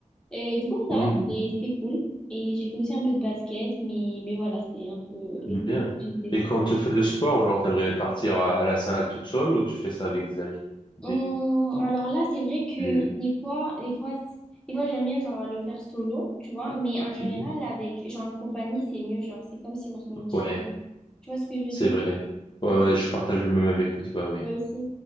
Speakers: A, in the centre; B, on the left.
A: Et du coup, ça
B: Mhm.
A: va, c'était c'était cool. Et j'ai fait aussi un peu de basket, mais, mais voilà, c'est un peu les
B: Bien.
A: sports que j'ai testés.
B: Et quand tu fais le sport, genre, t'aimerais partir à la salle toute seule ou tu fais ça avec des amis? Des,
A: Hum, alors là, c'est vrai que
B: des-
A: des fois, des fois, c- des fois j'aime bien genre le faire solo, tu vois, mais en général
B: des-
A: avec genre en compagnie, c'est mieux, genre c'est comme si on se motive.
B: Ouais,
A: Tu vois ce que je veux
B: c'est
A: dire?
B: vrai. Ouais,
A: C'est
B: ouais, je partage le même avec toi, oui.
A: toi aussi.